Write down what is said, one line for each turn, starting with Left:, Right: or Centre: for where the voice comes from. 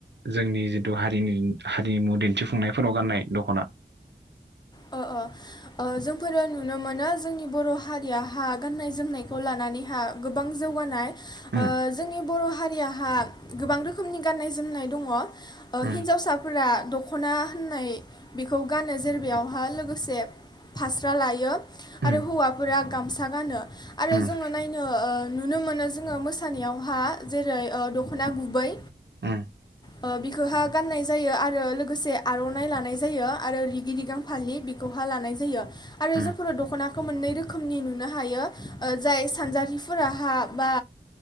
Right: जोंनि जिथु हारिनि हारिमु दिन्थिफुंनायफोराव गाननाय दख'ना।
Left: अ अ जोंफोरो नुनो मोनो जोंनि बर' हारियाहा गाननाय जोमनायखौ लानानैहा गोबां जौगानाय। ओ
Right: उम
Left: जोंनि बर' हारियाहा गोबां रोखोमनि गाननाय जोमनाय दङ। ओ
Right: उम
Left: हिन्जावसाफोरा दखना होननाय बेखौ गानो जेर बायाव आर लोगोसे फास्रा लायो
Right: उम
Left: आरो हौवाफोरा गामसा गानो आरो
Right: उम
Left: जोङो नायनो नुनो मोनो जोङो मोसानायावहा जे रै ओ दखना गुबै
Right: उम
Left: ओ बिखौहा गाननाय जायो आरो लोगोसे आरनाइ लानाय जायो आरो रिगि रि गां फालि बेखौहा लानाय जायो। आरो
Right: उम
Left: जोंफोरो दखना खौ मोननै रोखोमनि नुनो हायो जाय सानजारिफोराहा बा